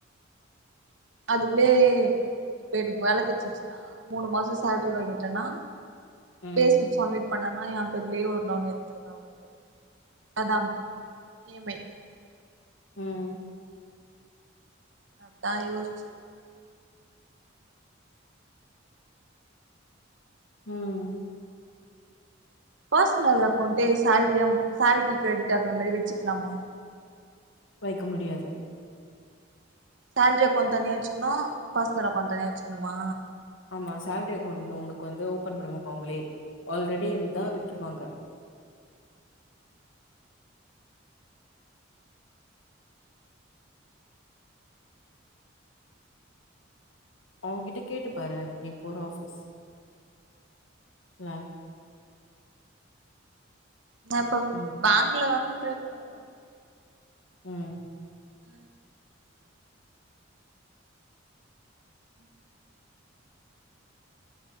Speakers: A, on the right; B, on the left.
A: அதுக்குள்ளே இப்ப எனக்கு வேலை கட்ச்சிச்சுன்னா மூணு மாசோ சேலரி வாங்கிட்டன்னா
B: ம்
A: பே ஸ்லிப் சமிட் பண்ணனா ஏ பெர்லயே ஒரு லோன் எத்துருவே அதா இ எம் ஐ
B: ம்
A: அதா யோச்சி
B: ம்
A: பர்சனல் அக்கௌண்டே சேல்ரி சேலரி கிரெடிட் ஆகுற மாதிரி வெச்சிக்கலாமா
B: வெக்க முடியாது
A: சேலரி அக்கௌண்ட் தனியா வெச்சிக்கணு பர்சனல் அக்கௌண்ட் தனியா வெச்சிக்கணுமா
B: ஆமா சேலரி அக்கௌண்ட் உனக்கு வந்து ஓபன் பண்ணுவாங்க அவுங்களே ஆல்ரெடி இருந்தா விட்டுருவாங்க அவுங் கிட்ட கேட்டு பாரு நீ போற ஆபிஸ் ல
A: நா இப்ப
B: ம்
A: பேங்க்ல தான ட்ரை பண்ண போறே
B: ம்
A: அ ம்